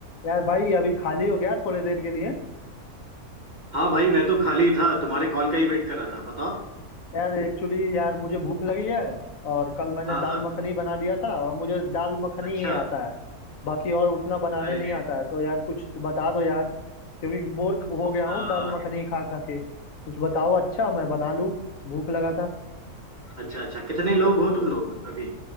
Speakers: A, on the left; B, on the right.
A: यार भाई अभी खाली हो गया थोड़ी देर के लिए
B: हाँ भाई मैं तो खाली था तुम्हारे कॉल का ही वेट कर रहा था बताओ
A: यार एक्चुअली यार मुझे भूख लगी है और कल मैंने
B: हाँ
A: दाल
B: हाँ
A: मखनी बना लिया था और मुझे दाल मखनी
B: अच्छा
A: ही आता है बाकी और उतना बनाने
B: अरे
A: नहीं आता है तो यार कुछ बता दो यार क्योंकि बोर हो गया
B: आ,
A: हूँ दाल मखनी खा खा के कुछ बताओ अच्छा मैं बना लूँ भूख लगा था
B: अच्छा अच्छा कितने लोग हो तुम लोग अभी